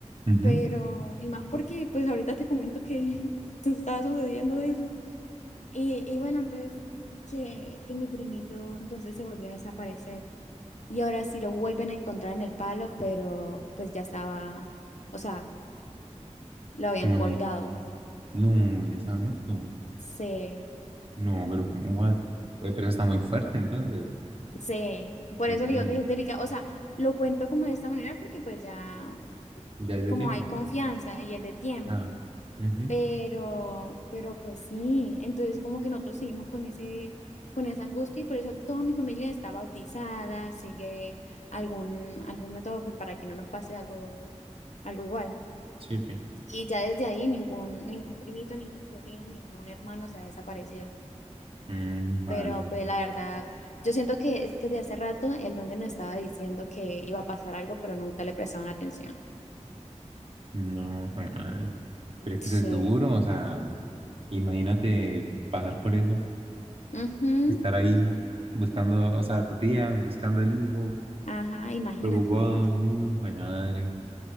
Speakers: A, on the right; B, on the left.
A: Ujú.
B: pero, y más porque pues ahorita te comento que <laughs> te estaba sucediendo eso. Y, y bueno, entonces, que, que mi primito entonces se volvió a desaparecer. Y ahora sí lo vuelven a encontrar en el palo, pero pues ya estaba, o sea lo habían
A: Como
B: colgado.
A: así? No, ya estaba muerto.
B: Sí,
A: No, pero ¿cómo what? Pues, Pero está muy fuerte entonces.
B: sí, por
A: Mi
B: eso
A: miedo.
B: le digo que es delicado. O sea, lo cuento como de esta manera porque pues ya
A: Ya es de
B: como
A: tiempo.
B: hay confianza y es de tiempo,
A: Ah. ujú.
B: pero, pero pues sí, entonces como que nosotros seguimos con ese, con esa angustia y por eso toda mi familia está bautizada, sigue algún, algún método pues, para que no nos pase algo, algo igual.
A: Sí, pues.
B: Y ya desde ahí ningún, ningún primito, ningún sobrino, ningún hermano se ha desaparecido.
A: Mm, vale.
B: pero pues la verdad, yo siento que es que de hace rato el donde nos estaba diciendo que iba a pasar algo, pero nunca le prestaron atención.
A: No, fue madre. Pero es
B: Sí.
A: que eso es duro, o sea, imagínate pasar por eso,
B: Ujú.
A: estar ahí buscando, o sea, a tu tía, buscando al hijo,
B: Ajá, imagínate
A: preocupado,
B: nomás.
A: no, jue madre,